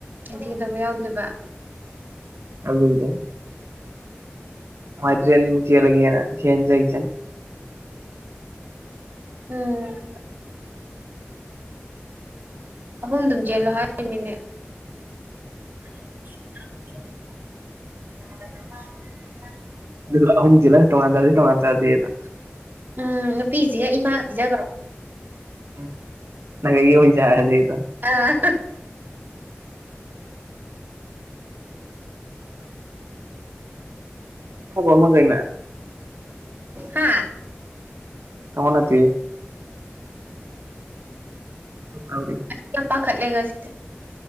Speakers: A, on the right; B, on the right.
A: ꯑꯩ ꯊꯤꯗꯕ ꯌꯥꯎꯗꯣꯏꯕ
B: ꯑꯗꯨꯗ ꯃꯥꯏꯇ꯭ꯔꯤ ꯌꯦꯌꯥ ꯂ ꯂꯩꯒ ꯌꯦꯟꯖꯒꯤꯖꯅꯤ
A: ꯎꯝ ꯑꯍꯨꯝ ꯑꯗꯨꯝ ꯆꯦꯜꯂꯣ ꯍꯥꯏ ꯃꯤꯅꯦ <unintelligible>
B: ꯗꯨꯒ ꯑꯍꯨꯝ ꯆꯦꯜꯂ ꯇꯣꯉꯥꯟ ꯆꯥꯖꯦ ꯇꯉꯥꯟ ꯆꯥꯖꯦꯅ
A: ꯎꯝ ꯅꯨꯄꯤꯁꯤꯒ ꯏꯃꯥ ꯄꯤꯖꯒꯔꯣ
B: ꯎꯝ ꯑꯩ ꯌꯨꯝ ꯁꯥꯔꯖꯦꯕ
A: ꯑ
B: ꯊꯕ ꯑꯃꯒꯩꯅ
A: ꯍꯥꯥ
B: ꯀꯅꯝ ꯅꯠꯇꯦꯍꯦ ꯇꯧꯔꯤ
A: ꯑꯩ ꯌꯥꯝ ꯄꯥꯈꯠꯂꯦ ꯉꯁꯤꯁꯦ